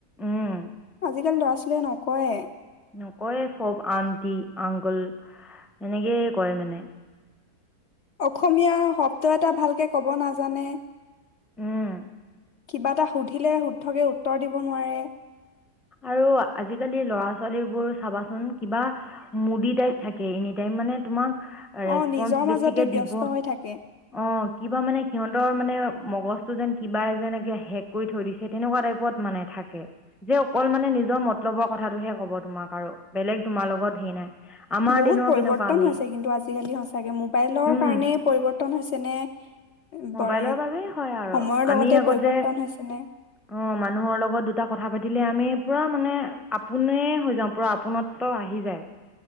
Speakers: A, in the centre; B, on the left (about 60°).
A: উম
B: আজিকালি ল'ৰা ছ বোলে নকয়ে।
A: নকয়ে চব আন্টি আংকল এনেকেই কৰে মানে।
B: অসমীয়া শব্দ এটা ভালকে কব নাজানে।
A: উম।
B: কিবা এটা সুধি <unintelligible> লে শুদ্ধকৈ উত্তৰ দিব নোৱাৰে।
A: আৰু আজিকালি ল'ৰা ছোৱালীবোৰ চাবাচোন কিবা মুদি টাইপ থাকে এনিটাইম মানে তোমাক ৰেচপনচ
B: অ নিজৰ মাজতে
A: বেছিকে
B: ব্যস্ত
A: দিব,
B: হৈ থাকে
A: অ' কিবা মানে সিহতৰ মানে মগজটো যেন কিবা যেনেকে শেক কৰি থৈ দিছে তেনেকুৱা টাইপত মানে থাকে যে অকল মানে নিজৰ মতলবৰ কথাটোহে কব তোমাক আৰু বেলেগ তোমাৰ লগত হেৰি নাই। আমাৰ
B: বহুত
A: দিনৰ
B: পৰিৱৰ্তন
A: কেনেকুৱা আমি
B: হৈছে কিন্তু আজিকালি সচাঁকে মোবাইলৰ
A: উম
B: কাৰণেই পৰিৱৰ্তন হৈছে নে
A: মোবাইলৰ
B: বৰ সময়ৰ
A: বাবেই হয় আৰু
B: লগতে
A: আমি আগত
B: পৰিৱৰ্তন
A: যে
B: হৈছে নে।
A: অ মানুহৰ লগত দুটা কথা পাতিলে আমি পুৰা মানে আপোনেই হৈ যাওঁ, পুৰা আপোনত্ব আহি যায়।